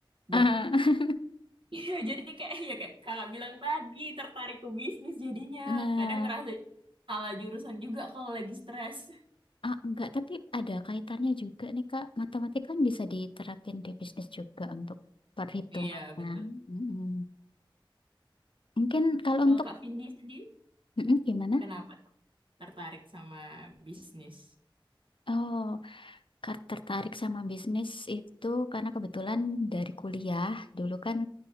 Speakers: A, on the right (about 70°); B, on the left (about 70°).
A: buat
B: <laughs>
A: <laughs> Iya, jadi kayak ya kayak kakak bilang tadi tertarik ke bisnis jadinya
B: Nah,
A: kadang ngerasa salah jurusan juga kalau lagi stres. <laughs>
B: ah, enggak, tapi ada kaitannya juga nih, Kak. Matematika kan bisa diterapin di bisnis juga untuk perhitungannya.
A: Iya betul.
B: Mm-mm. Mungkin kalau
A: Kalau
B: untuk
A: Kak Vindi sendiri
B: Mm-mm, gimana?
A: kenapa tertarik sama bisnis?
B: Oh. Kar- Tertarik sama bisnis itu karena kebetulan dari kuliah dulu kan